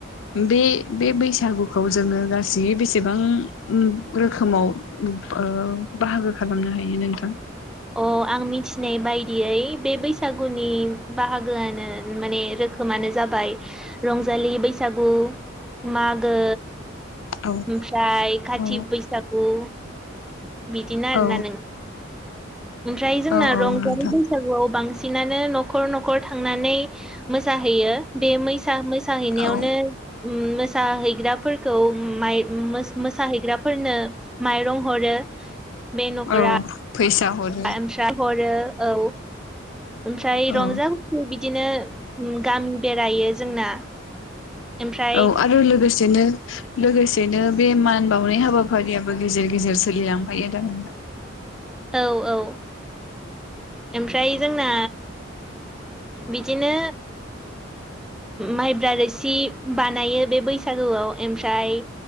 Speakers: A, on the left; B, in the centre.
A: बे बे बैसागुखौ जोङो गासै बेसेबां रोखोमाव ओ बाहागो खालामनो हायो नोंथां
B: ओ आं मिथिनाय बायदियै बे बैसागुनि बाहागोआनो माने रोखोमानो जाबाय रंजालि बैसागु मागो,
A: औ
B: ओमफ्राय काथि
A: औ
B: बैसागु बिदिनो आरोना
A: औ
B: नों ओमफ्राय जोंना
A: औ औ
B: रंजालि
A: नोंथां
B: बैसागुआव बांसि सिनानो न'खर न'खर थांनानै मोसा हैयो बे मैसा-मोसा हैैनायावनो
A: औ
B: उम मोसाहैग्राफोरखौ उम माइ-मोस-मोसाहैग्राफोरनो माइरं हरो। बे न'करा
A: औ फैसा हरो
B: आयेमसा हरो औ ओमफ्राय
A: औ
B: रंजा बिदिनो गामि बेरायो जोंना। ओमफ्राय
A: औ आरो लोगोसेनो लोगोसेनो बे मान बावनाय हाबाफारियाबो ग गेजेर गेजेर सोलि लांफायो ना।
B: औ औ ओमफ्राय जोंना बिदिनो माइब्रा रोसि बानायो बे बैसागुआव ओमफ्राय